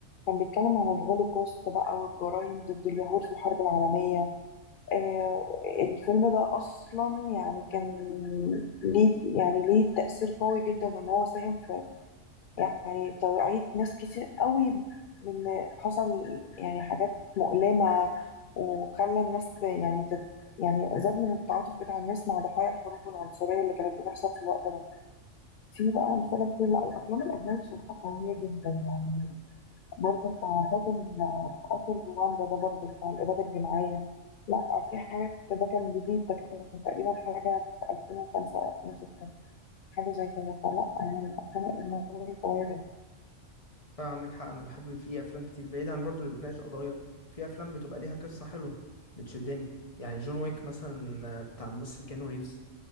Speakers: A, on the left; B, on the left.
A: كان بيتكلم عن الهولوكوست بقى والجرائم ضد اليهود في الحرب العالمية آه، الفيلم ده أصلا يعني كان ليه يعني ليه تأثير قوي جدا إن هو ساهم في يعني توعية ناس كتير قوي من حصل يعني حاجات مؤلمة وخلى الناس ت- يعني تت يعني زاد من التعاطف بتاع الناس مع ضحايا الحروب والعنصرية اللي كانت بتحصل في الوقت ده في بقى أمثلة كتير لا الأفلام الأجنبية بصراحة قوية جدا يعني برضه بتاع قاتل قاتل رواندا ده برضه بتاع الإبادة الجماعية لا في حاجات ده كان جديد ده كان تقريبا حاجة في 2005 أو 2006 حاجة زي كده فلا يعني الأفلام الأجنبية قوية
B: آه، عندك حق انا بحب في افلام كتير بعيد عن برضو اللي بتناقش قضايا في افلام بتبقى ليها قصة حلوة بتشدني يعني جون ويك مثلا آه، بتاع ممثل كيانو ريفز